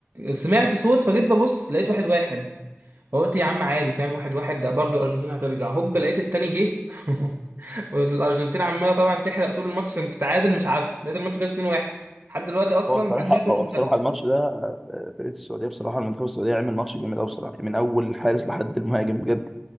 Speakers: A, on the right (about 55°); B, in the centre.
A: سمعت صوت فجيت ببص لقيت واحد واحد فقلت يا عم عادي فاهم واحد واحد ده برضه الارجنتين هترجع هوب لقيت التاني جه <laughs> والارجنتين عماله طبعا تحرق طول الماتش عشان تتعادل مش عارف لقيت الماتش خلص 2-1 لحد دلوقتي
B: <laughs>
A: اصلا
B: هو بصراحه
A: لحد دلوقتي
B: هو
A: مش مصدق
B: بصراحه الماتش ده آه، فرقه السعوديه بصراحه المنتخب السعوديه عمل ماتش جامد قوي بصراحه من اول الحارس لحد المهاجم بجد